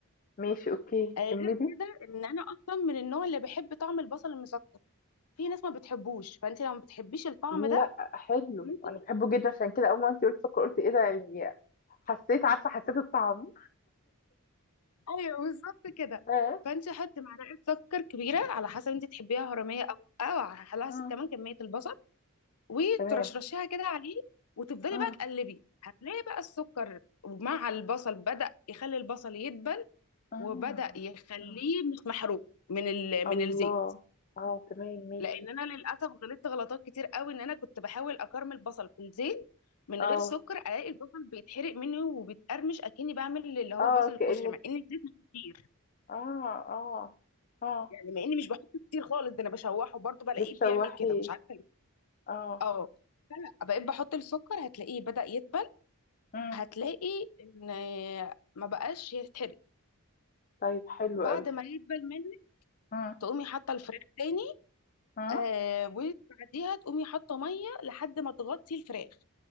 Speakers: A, on the left (about 40°); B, on the left (about 80°).
A: ماشي أوكي
B: آه، غير
A: كملي
B: كده ان انا اصلا من النوع اللي بحب طعم البصل المسكر في ناس ما بتحبوش فانت لو ما بتحبيش الطعم
A: لا
B: ده
A: حلو
B: ممكن
A: أنا بحبه جدا عشان كده أول ما أنت قلت سكر قلت إيه ده يعني حسيت عارفة حسيت الطعم
B: ايوه بالظبط كده
A: آه.
B: فانت حطي معلقه سكر كبيره على حسب انت تحبيها هرميه او لا او على حسب
A: مم.
B: كمان كميه البصل وترشرشيها
A: تمام
B: كده عليه وتفضلي
A: اه
B: بقى تقلبي هتلاقي بقى السكر مع البصل بدأ يخلي البصل يدبل
A: اه
B: وبدأ يخليه
A: آه.
B: مش محروق من ال...
A: الله
B: من الزيت
A: اه تمام ماشي
B: لان انا للاسف غلطت غلطات كتير قوي ان انا كنت بحاول اكرمل البصل في الزيت من
A: اه
B: غير سكر الاقي البصل بيتحرق مني وبيتقرمش اكني بعمل اللي هو
A: اه
B: البصل الكشري
A: كأنك
B: مع ان الزيت مش كتير
A: اه اه اه
B: يعني مع اني مش بحطه كتير خالص ده انا بشوحه برضه بلاقيه
A: بتشوحيه
B: بيعمل كده مش عارفه ليه
A: اه
B: اه فلا بقيت بحط السكر هتلاقيه بدأ يدبل
A: مم.
B: هتلاقي ان ما بقاش يتحرق
A: طيب حلو
B: بعد
A: قوي
B: ما يدبل منك
A: مم.
B: تقومي حاطه الفراخ تاني
A: مم.
B: آه وبعديها تقومي حاطه ميه لحد ما تغطي الفراخ